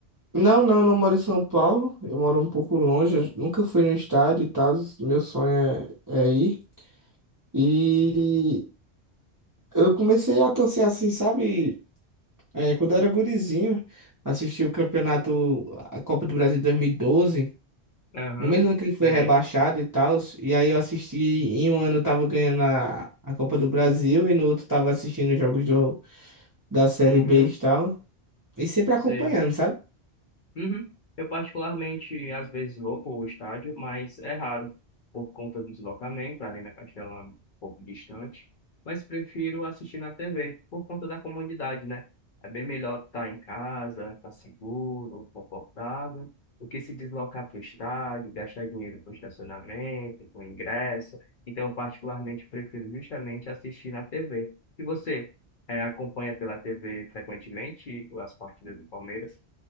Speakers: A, on the right; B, on the left.
A: Não, não, não moro em São Paulo. Eu moro um pouco longe. eu nunca fui no estádio e tal. Meu sonho é, é ir. E eu comecei a torcer assim, sabe? É, quando eu era gurizinho, assisti o campeonato, a Copa do Brasil 2012.
B: Aham,
A: No mesmo ano que ele foi
B: sei.
A: rebaixado e tal, e aí eu assisti, em um ano eu tava ganhando a, a Copa do Brasil e no outro tava assistindo os jogos do, da Série
B: Uhum,
A: B e tal, e sempre
B: sei.
A: acompanhando, sabe?
B: Uhum. Eu particularmente às vezes vou para o estádio, mas é raro por conta do deslocamento, a Arena Castelão é um pouco distante, mas prefiro assistir na TV por conta da comodidade, né? É bem melhor estar em casa, estar seguro, confortável, do que se deslocar para o estádio, gastar dinheiro com estacionamento, com ingresso. Então, eu particularmente prefiro justamente assistir na TV. E você, eh, acompanha pela TV frequentemente as partidas do Palmeiras?